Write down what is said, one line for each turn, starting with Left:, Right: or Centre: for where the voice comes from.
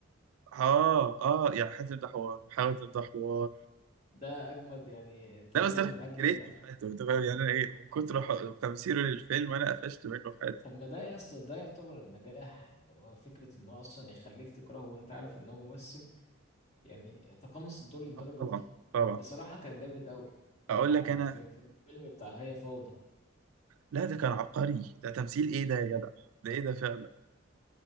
Right: اه اه يعني حاتم ده حوار حاتم ده حوار
Left: ده اجمد يعني تقريبا
Right: لا بس انا
Left: من اجمد
Right: كرهته
Left: الأف-
Right: في حياته انت فاهم يعني انا ايه من كتر ح- تمثيله للفيلم انا قفشت منه في حياته
Left: طب ما ده يا اسطى ده يعتبر النجاح هو فكره ان هو اصلا يخليك تكرهه وانت عارف ان هو ممثل يعني تقمص الدور للدرجة
Right: آه، طبعا
Left: دي
Right: طبعا
Left: بصراحة كان جامد أوي بتاع
Right: اقول لك انا
Left: في, في الفيلم بتاع هي فوضى
Right: لا ده كان عبقري ده تمثيل ايه ده يا جدع ده ايه ده فعلا